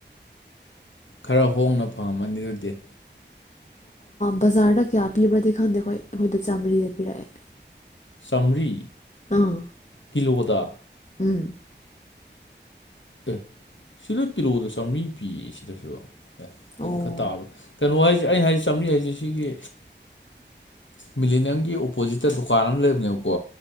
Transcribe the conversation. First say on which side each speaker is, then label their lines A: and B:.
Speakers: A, on the left (about 85°); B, on the left (about 40°).
A: ꯈꯔ ꯍꯣꯡꯅ ꯐꯪꯉꯝꯃꯅꯤ ꯑꯗꯨꯗꯤ
B: ꯕꯖꯥꯔꯗ ꯀꯌꯥ ꯄꯤꯕ꯭ꯔꯗꯤ ꯈꯪꯗꯦ ꯑꯩꯈꯣꯏ ꯑꯩꯈꯣꯏꯗ ꯆꯥꯝꯃꯔꯤꯗ ꯄꯤꯔꯛꯑꯦ꯫
A: ꯆꯥꯝꯔꯤ
B: ꯑꯥ
A: ꯀꯤꯂꯣꯗ
B: ꯎꯝ
A: ꯑꯦ ꯁꯤꯗ ꯀꯤꯂꯣꯗ ꯆꯥꯃꯔꯤ ꯄꯤꯌꯦ ꯁꯤꯗꯁꯨ ꯑꯦ ꯑꯩꯗꯤ
B: ꯑꯣ
A: ꯈꯔ ꯇꯥꯕ꯭ꯔꯥ ꯀꯩꯅꯣ ꯍꯥꯏꯁꯦ ꯑꯩꯩꯅ ꯍꯥꯏꯁꯦ ꯆꯝꯅꯤ ꯍꯥꯏꯁꯦ꯫ ꯁꯤꯒꯤ ꯃꯤꯂꯦꯅꯤꯌꯝꯒꯤ ꯑꯣꯄꯣꯖꯤꯠꯇ ꯗꯨꯀꯥꯟ ꯑꯃ ꯂꯩꯕꯅꯦꯕꯀꯣ